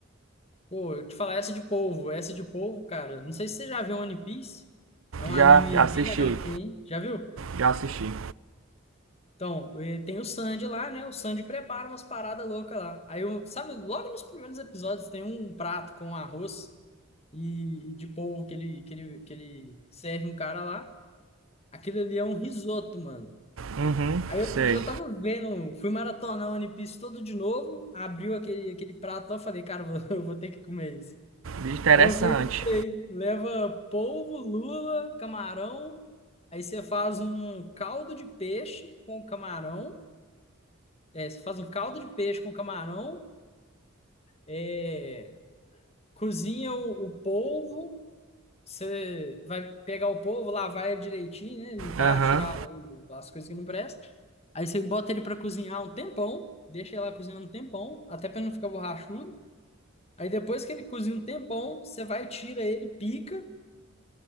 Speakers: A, on the left; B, on the right.
A: Pô, eu te falar essa de polvo, essa de polvo, cara. Não sei se você já viu One Piece. É um
B: Já,
A: anime
B: já assisti,
A: bem legal que tem aí. Já viu?
B: já assisti.
A: Então, eh, tem o Sandy lá, né? O Sandy prepara umas paradas loucas lá. Aí, eu, sabe, logo nos primeiros episódios tem um prato com arroz e, e de polvo que ele, que ele, que ele serve um cara lá. Aquilo ali é um risoto, mano.
B: Uhum,
A: Aí outro
B: sei.
A: dia eu tava vendo, fui maratonar o One Piece todo de novo, abriu aquele, aquele prato lá, eu falei, cara, <laughs> eu vou ter que comer isso.
B: Interessante.
A: Aí eu fui e comprei. Leva polvo, lula, camarão. Aí você faz um caldo de peixe com camarão. É, você faz um caldo de peixe com camarão. É, cozinha o, o polvo. Você vai pegar o polvo, lavar ele direitinho, né? Limpar,
B: Aham,
A: tirar o- as coisas que não prestam. Aí você bota ele para cozinhar um tempão. Deixa ele lá cozinhando um tempão, até para não ficar borrachudo. Aí depois que ele cozinha um tempão, você vai, tira ele, pica.